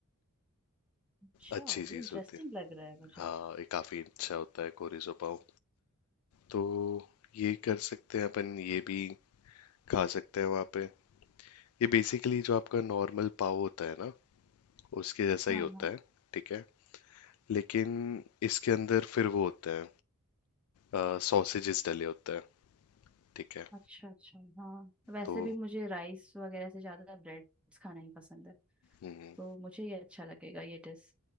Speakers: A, in the centre; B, on the left.
A: अच्छा
B: अच्छी
A: ये
B: चीज
A: इंटरेस्टिंग
B: होती है
A: लग रहा है मुझे
B: हाँ ये काफी अच्छा होता है कोरिजो पाव तो ये कर सकते हैं अपन ये भी खा सकते हैं वहाँ पे ये बेसिकली जो आपका नॉर्मल पाव होता है ना उसके जैसा
A: हाँ
B: ही होता
A: हाँ
B: है ठीक है लेकिन इसके अंदर फिर वो होता है सॉसेजेस डले होते हैं ठीक है
A: अच्छा अच्छा हाँ वैसे
B: तो
A: भी मुझे राइस वगैरह से ज्यादा ब्रेड्स खाना ही पसंद है
B: हम्म
A: तो मुझे ये अच्छा लगेगा ये डिश